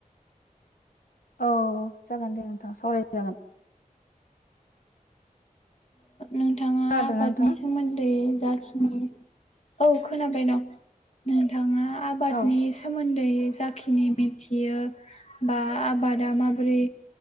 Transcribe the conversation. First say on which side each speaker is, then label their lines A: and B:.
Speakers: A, on the left; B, on the left.
A: औ जागोन दे नोंथां सावराय जागोन।
B: नोंथाङा
A: खोनादोंना
B: आबादनि
A: नोंथाङा
B: सोमोन्दै जाखि औ खोनाबाय दं नोंथाङा आबादनि
A: औ
B: सोमोन्दै जाखिनि मिथियो बा आबादा माबोरै।